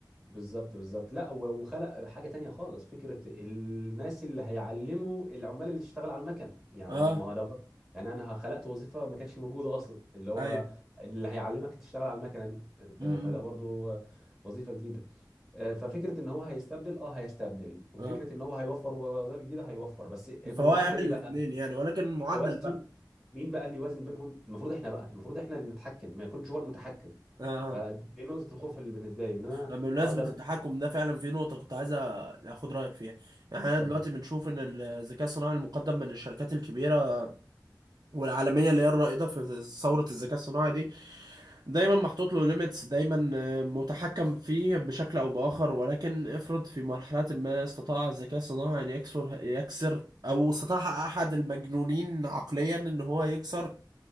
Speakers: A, in the centre; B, on the right (about 55°).
A: بالظبط بالظبط لا و- وخلق حاجه تانية خالص فكره الناس اللي هيعلموا العمال اللي تشتغل على المكن يعني
B: اه
A: ما هو ده برضه يعني انا خلقت وظيفه ما كانتش موجوده اصلا اللي هو
B: ايوه
A: اللي هيعلمك تشتغل على المكنه دي ده
B: امم
A: فده برضه وظيفه جديده آه، ففكره ان هو هيستبدل اه هيستبدل وفكره
B: اه
A: ان هو هيوفر وظائف جديده هيوفر بس بمعدل
B: فهو يعمل
A: ايه
B: الاثنين
A: بقى
B: يعني ولكن المعدل
A: توازن
B: بقى
A: مين بقى اللي يوازن بينهم المفروض احنا بقى المفروض احنا اللي نتحكم ما يكونش هو المتحكم
B: اه
A: فدي نقطه الخوف اللي بالنسبه لي ان انا
B: آه. بمناسبة
A: اقدر
B: التحكم ده فعلا في نقطة كنت عايز اخد رأيك فيها يعني احنا
A: اتفضل
B: دلوقتي بنشوف ان الذكاء الصناعي المقدم من الشركات الكبيرة والعالمية اللي هي الرائدة في ثورة الذكاء الصناعي دي دايما محطوط له ليميتس دايما آه، متحكم فيه بشكل او باخر ولكن افرض في مرحله ما استطاع الذكاء الصناعي ان يكسر يكسر او استطاع احد المجنونين عقليا ان هو يكسر